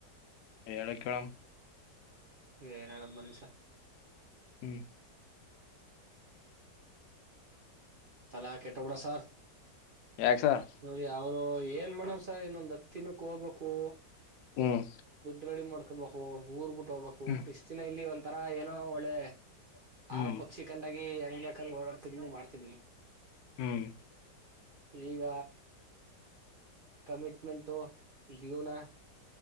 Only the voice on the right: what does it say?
ಏನಳ ಬನಿಸ
ತಲಾ ಕೆಟ್ಟಬಡ ಸಾರ್
ನೋ ಅವರು ಏನ್ ಮಾಡವ್ಸ ಇನ್ನೊಂದ್ ಹತ್ತಿನಕ್ಕೆ ಹೋಗ್ಬೇಕು
ಗುಡ್ ರಡಿ ಮಾಡ ಹಾಕಬಹು ಊರ್ ಬಿಟ್ಟ ಹೋಗಬೇಕು
ಬಿಸ್ತಿನ ಇಲ್ಲಿ ಒಂ ತರ ಏನೋ ಒಳ್ಳೆ
ಆರ
ಪಕ್ಷಿ ಕಂಡಾಗಿ ಹೆಂಗ್ ಬೇಕಾದ ಓಡಾಡ್ತಿದ್ವಿ ಮಾಡ್ತಿದ್ವಿಿ
ನೀಗ ಕಮಿಟ್ಮೆಂಟ್ ಜೀವುನಾ